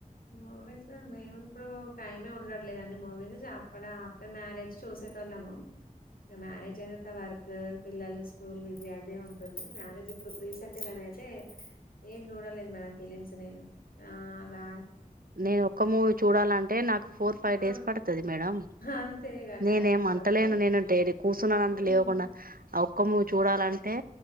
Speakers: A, on the left (about 80°); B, on the right (about 75°).
A: మూవీస్ మేము ఇప్పుడు టైమే ఉండట్లేదండి మూవీస్ అప్పడ ఆఫ్టర్ మ్యారేజ్ చూసి చూసేటోళ్ళము ఏ మ్యారేజ్ అయ్యా వర్క్ పిల్లలు స్కూల్ విది అదే ఉంటుంది మ్యారేజ్ ఇప్పుడు రీసెంట్గానైయితే ఏం చూడలేదు మేడం ఫిలిమ్స్ నేను ఆ అలా
B: నేను ఒక్క మూవీ చూడాలంటే నాకు ఫోర్ ఫైవ్
A: ఆ
B: డేస్ పడుతది మేడం
A: అంతే ఇగ
B: నేనేం
A: టైం ఉండదు
B: అంతలేను నేనుంటడైర కూర్చున్నాను అంత
A: మ్మ్
B: లేకుండా ఆ ఒక్క మూవీ చూడాలంటే